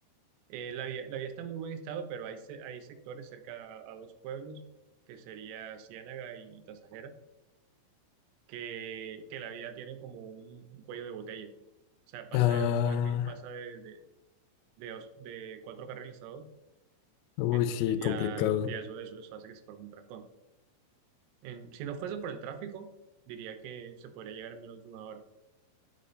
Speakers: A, on the right; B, on the left.
A: eh, la vía, la vía está en muy buen estado, pero hay, se- hay sectores cerca a, a dos pueblos, que sería Ciénaga y Tasajera, que, que la vía tiene como un, un cuello de botella. O sea, pasa
B: Ah,
A: de dos carri- pasa de, de, de dos- de cuatro carriles a dos.
B: uy,
A: Entonces
B: sí,
A: ya,
B: complicado.
A: ya eso, eso, eso hace que se forme un trancón. En- si no fuese por el tráfico, diría que se podría llegar en menos de una hora.